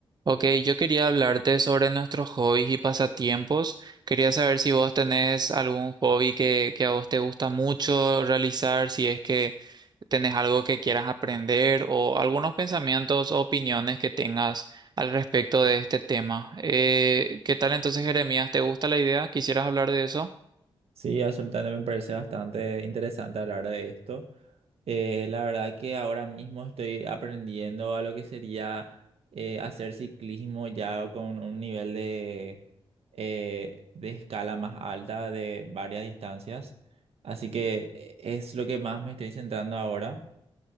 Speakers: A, on the right (about 45°); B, on the right (about 80°).
A: Ok, yo quería hablarte sobre nuestros hobbies y pasatiempos. Quería saber si vos tenés algún hobby que, que a vos te gusta mucho realizar, si es que tenés algo que quieras aprender o algunos pensamientos o opiniones que tengas al respecto de este tema. Eh, ¿qué tal entonces, Jeremías? ¿Te gusta la idea? ¿Quisieras hablar de eso?
B: Sí, absolutamente me parece bastante interesante hablar de esto. Eh, la verdad que ahora mismo estoy aprendiendo a lo que sería eh, hacer ciclismo ya con un nivel de, eh, de escala más alta de varias distancias. Así que eh, es lo que más me estoy centrando ahora.